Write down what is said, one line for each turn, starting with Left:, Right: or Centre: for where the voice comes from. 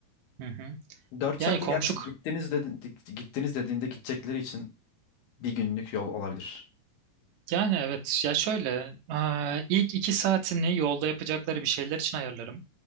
Right: hı hı.
Left: Dört
Right: Yani
Left: saatte
Right: komşu
Left: gerçi gittiniz, dedin, gittiniz dediğinde gidecekleri için bir günlük yol olabilir.
Right: yani evet ya şöyle aa, ilk 2 saatini yolda yapacakları bir şeyler için ayarlarım.